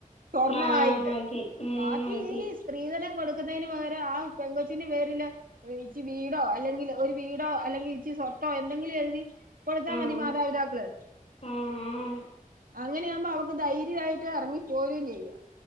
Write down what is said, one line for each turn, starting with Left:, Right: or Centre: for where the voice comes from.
Right: സ്വർണമായിട്ട്
Left: ആഹ് മതി ഉം
Right: ബാക്കി
Left: മതി
Right: ഈ സ്ത്രീധനം കൊടുക്കുന്നതിന് പകരം ആ പെങ്കൊച്ചിന്റെ പേരില് ഇച്ചി വീടോ അല്ലെങ്കിൽ ഒരു വീടോ അല്ലെങ്കിൽ ഇച്ചി സ്വത്തോ എന്തെങ്കിലും എഴുതി കൊടുത്താ
Left: ആഹ്
Right: മതി മാതാ <unintelligible>
Left: ആഹ്
Right: അങ്ങനെയ ആകുമ്പോ അവക്ക് ധൈര്യമായിട്ട് ഇറങ്ങിപ്പോറും ചെയ്യാം